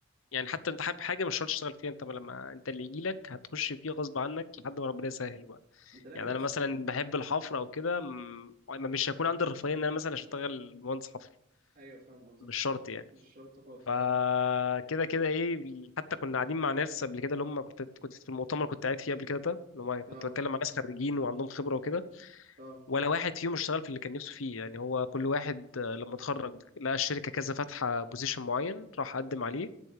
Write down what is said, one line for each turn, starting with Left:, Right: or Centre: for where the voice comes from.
Left: يعني حتى انت حابب حاجه مش شرط تشتغل فيها انت لما انت اللي يجي لك هتخش فيه غصب عنك لحد ما ربنا يسهل بقى
Right: انت ناوي
Left: يعني انا
Right: اصلا
Left: مثلا بحب الحفر او كده مم، مش هيكون عندي الرفاهيه ان انا مثلا اشتغل مهندس حفر
Right: ايوه فاهم قصدك
Left: مش شرط
Right: آه،
Left: يعني
Right: مش شرط خالص
Left: فكده
Right: ايوه
Left: كده ايه حتى كنا قاعدين مع ناس قبل كده اللي هم كنت كنت في المؤتمر كنت قاعد فيه قبل كده ده اللي هم
Right: اه
Left: كنت بتكلم مع ناس خريجين وعندهم خبره وكده
Right: اه
Left: ولا واحد فيهم اشتغل في اللي كان نفسه فيه يعني هو كل واحد آه، لما اتخرج لقى الشركه كذا فاتحه بوزيشن معين راح قدم عليه